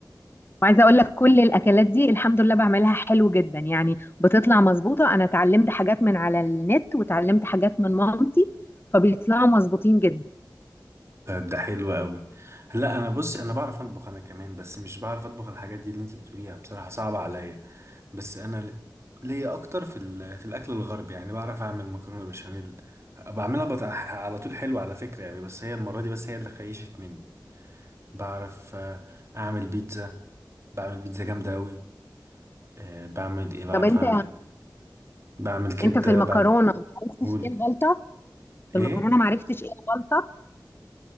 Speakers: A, on the left; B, on the right.
A: وعايزه اقول لك كل الاكلات دي الحمد لله بعملها حلو جدا يعني بتطلع مظبوطه انا اتعلمت حاجات من على النت وتعلمت حاجات من مامتي فبيطلعوا مظبوطين جدا
B: طيب ده حلو قوي لا انا بصي انا بعرف اطبخ انا كمان بس مش بعرف اطبخ الحاجات دي اللي انتي بتقوليها بصراحه صعبه عليا بس انا ل- ليا اكتر في ال- في الاكل الغربي يعني بعرف اعمل مكرونه بشاميل بعملها بط... على طول حلو على فكره يعني بس هي المره دي بس هي اللي خيشت مني بعرف آه، اعمل بيتزا بعمل بيتزا جامده قوي آه، بعمل ايه بعرف
A: طب انت
B: اعمل بعمل كبده
A: انت في المكرونه
B: بعمل
A: ما عرفتش
B: قولي
A: ايه الغلطه في
B: ايه
A: المكرونه ما عرفتش ايه الغلطه